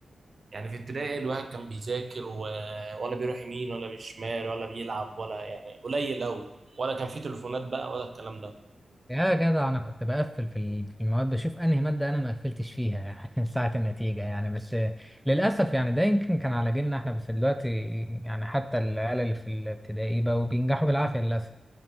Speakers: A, on the right; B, in the centre.
A: يعني في ابتدائي الواحد كان بيذاكر و... ولا بيروح يمين ولا بيشمال ولا بيلعب ولا يعني قليل أوي ولا كان في تليفونات بقى ولا الكلام ده
B: يا جدع انا كنت بقفل في ال- في المواد بشوف انهي ماده انا ما قفلتش فيها <laughs> ساعه النتيجه يعني بس للاسف يعني ده يمكن كان على جيلنا احنا بس دلوقتي يعني حتى العيال اللي في الابتدائي بقوا بينجحوا بالعافيه للاسف